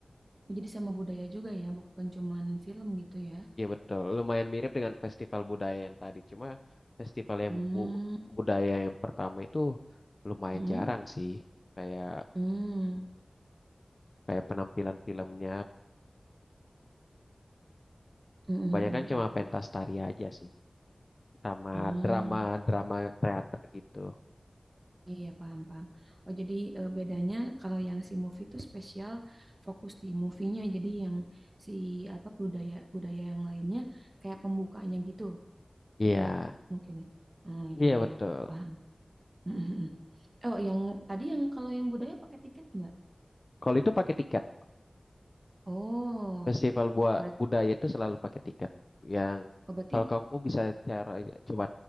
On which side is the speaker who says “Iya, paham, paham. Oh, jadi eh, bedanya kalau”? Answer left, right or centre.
Right